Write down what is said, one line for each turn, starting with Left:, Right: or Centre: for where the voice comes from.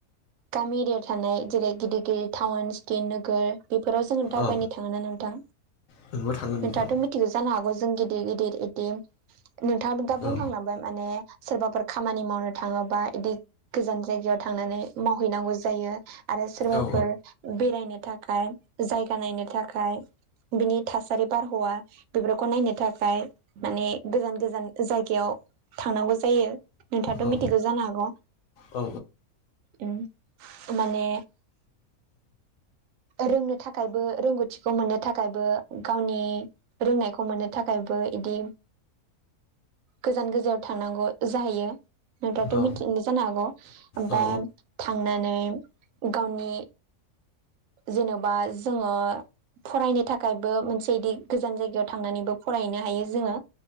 Right: गामि एरियाव थानाय जेरै गिदिर गिदिर थाउन सिटि नोगोर बेफोराव जोङो दावबायनो
Left: औ
Right: थाङा ना नोंथां
Left: नोंबो थांगोन
Right: नोंथाङाथ'
Left: नोंथां
Right: मि थिगो जानो हागौ जों गिदिर गिदिर इदि नोंथाङाबो दा बुंखांलांबाय
Left: औ
Right: माने सोरबाफोर खामानि मावनो थाङोबा इदि गोजान जायगायाव थांनानै मावहैनांगौ जायो। आरो सोरबाफोर
Left: औ
Right: बेरायनो थाखाय जायगा नायनो थाखाय बिनि थासारि बारहावा बेफोरखौ नायनो थाखाय माने गोजान गोजान जायगायाव थांनांगौ जायो। नोंथाङाथ'
Left: औ
Right: मिथिगौ जानो हागौ
Left: औ
Right: उम माने रोंनो थाखायबो रोंगौथिखौ मोननो थाखायबो गावनि रोंनायखौ मोननो थाखायबो इदि गोजान गोजानाव थांनांगौ जाहैयो। नोंथाङाथ'
Left: औ
Right: मिनथियो जानो हागौ ओमफाय
Left: औ
Right: थांनानै गावनि जेनबा जोङो फरायनो थाखायबो मोनसे इदि गोजान जायगायाव थांनानैबो फरायहैनो हायो जोङो।